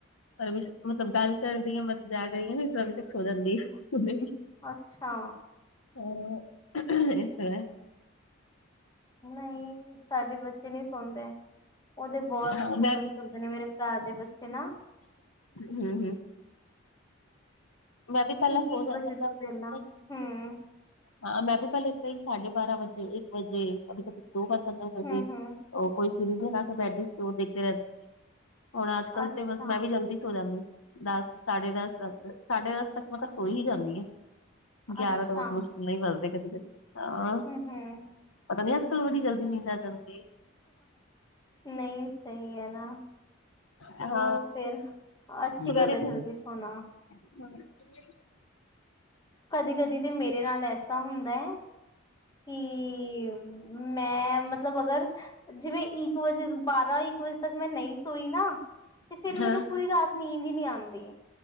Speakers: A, on the left; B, on the left.
A: ਪਰ ਮਤਲਬ ਗੱਲ ਕਰਦੀ ਆ, ਮਤਲਬ ਜਾਗ ਰਹੀ ਆ ਨਹੀਂ ਤੌ ਅਭੀ ਤੱਕ ਸੋ ਜਾਂਦੀ, ਮੈਂ ਵੀ।
B: ਅੱਛਾ,
A: ਅ, ਇਸ ਤਰ੍ਹਾਂ
B: ਨਹੀਂ। ਸਾਡੇ ਬੱਚੇ ਨਹੀਂ ਸੌਂਦੇ, ਉਹਦੇ <unintelligible>
A: ਹਾਂ
B: ਨੇ ਮੇਰੇ ਭਰਾ ਦੇ ਬੱਚੇ ਨਾ।
A: ਹੂੰ-ਹੂੰ, ਮੈਂ ਵੀ ਪਹਿਲਾਂ
B: ਇੱਕ
A: <unintelligible>
B: ਇੱਕ ਵਜੇ ਤੋਂ ਪਹਿਲਾਂ ਹੂੰ
A: ਹਾਂ, ਮੈਂ ਵੀ ਪਹਿਲੇ ਇਦਾਂ ਈ ਸਾਢੇ ਬਾਰਾਂ ਵਜੇ, ਇੱਕ ਵਜੇ, ਕਦੇ -ਕਦੇ ਦੋ ਵੱਜ ਜਾਂਦੇ ਹੁੰਦੇ ਸੀ।
B: ਹੂੰ ਹੂੰ
A: ਉਹ ਕੋਈ ਸੀਰੀਜ਼ ਹੈ ਤਾ ਬੈਠ ਕੇ ਉਹ ਦੇਖਦੇ ਰਹਿੰਦੇ। ਹੁਣ ਅੱਜ-ਕਲ੍
B: ਅੱਛਾ
A: ਤੇ ਬਸ ਮੈਂ ਵੀ ਜਲਦੀ ਸੋ ਜਾਂਨੀ। ਦੱਸ, ਸਾਢੇ ਦਸ, ਦਸ ਸਾਢੇ ਦਸ ਤੱਕ ਮੈਂ ਤਾਂ ਸੋਹੀ ਜਾਣਦੀ ਆ ਗਿਆਰਾਂ
B: ਅੱਛਾ
A: ਤਾਂ ਬਹੁਤ ਮੁਸ਼ਕਿਲ ਨਾਲ ਹੀ ਵਜਦੇ ਕਦੀ ਕਦੀ, ਹਾਂ,
B: ਹੂੰ ਹੂੰ
A: ਪਤਾ ਨੀ ਅੱਜ-ਕੱਲ੍ਹ ਵੜੀ ਜਲਦੀ ਨੀਂਦ ਆ ਜਾਂਦੀ ਏ।
B: ਨਹੀਂ, ਸਹੀ ਹੈ ਨਾ।
A: ਹਾਂ
B: ਹੋਰ, ਫਿਰ ਅੱਛੀ
A: ਸਵੇਰੇ
B: ਗੱਲ ਹੈ, ਜਲਦੀ
A: ਫਿਰ
B: ਸੌਣਾ।
A: <unintelligible>
B: ਕਦੀ- ਕਦੀ ਤੇ ਮੇਰੇ ਨਾਲ ਐਸਾ ਹੁੰਦਾ ਹੈ ਕਿ ਮੈਂ ਮਤਲਬ ਅਗਰ ਜਿਵੇਂ ਇੱਕ ਵਜੇ ਬਾਰਾਂ ਇੱਕ ਵਜੇ ਤੱਕ ਮੈਂ ਨਹੀਂ ਸੋਈ ਨਾ ਤੇ ਫੇਰ
A: ਹਾਂ
B: ਮੈਨੂੰ ਪੂਰੀ ਰਾਤ ਨੀਂਦ ਹੀ ਨਹੀਂ ਆਂਦੀ